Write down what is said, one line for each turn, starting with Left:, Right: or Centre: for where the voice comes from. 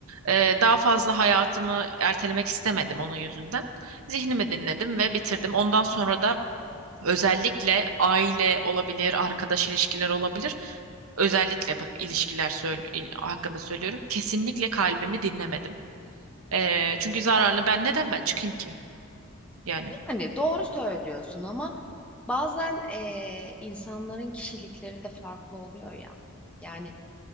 Right: E, daha fazla hayatımı ertelemek istemedim onun yüzünden. Zihnimi dinledim ve bitirdim. Ondan sonra da özellikle aile olabilir, arkadaş ilişkileri olabilir. Özellikle bak ilişkiler söyle- il- hakkında söylüyorum. Kesinlikle kalbimi dinlemedim. E, çünkü zararlı ben neden ben çıkayım ki? Yani
Centre: Yani doğru söylüyorsun ama bazen eee, insanların kişilikleri de farklı oluyor ya. Yani